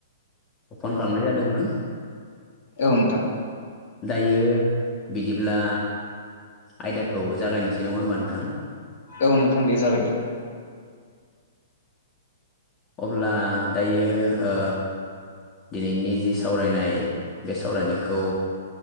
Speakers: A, on the left (about 20°); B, on the left (about 50°).
A: अपन खालामनाय जादोंमोन।
B: औ नोंथां।
A: दायो बिदिब्ला आयदाखौ जागायनोसै नङा होमबा नोंथां
B: औ नोंथां दे‌ जाबाय दे
A: अब्ला दायो ओ दिनैनि जि सावरायनाय बे सावरायनायखौ